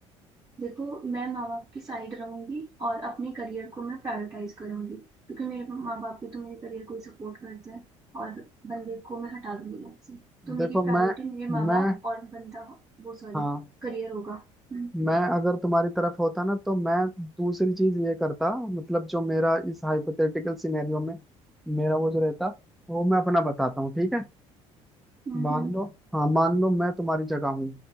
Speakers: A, on the right; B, in the centre.
A: देखो मैं माँ बाप की साइड रहूंगी और अपने करियर को मैं प्रायोरिटाइज करूंगी क्योंकि मेरे माँ बाप भी तो मेरे करियर को सपोर्ट करते हैं और बंदे को मैं हटा दूंगी लाइफ से तो मेरी
B: देखो
A: प्रायोरिटी
B: मैं
A: मेरे माँ
B: मैं
A: बाप और बंदा हो- वो सॉरी
B: हाँ
A: करियर होगा हम्म
B: मैं अगर तुम्हारी तरफ होता ना तो मैं दूसरी चीज ये करता मतलब जो मेरा इस हाइपोथेटिकल सिनेरियो में मेरा वो जो रहता वो मैं अपना बताता हूँ ठीक है
A: हम्म
B: मान
A: हम्म,
B: लो हाँ मान लो मैं तुम्हारी जगह हूँ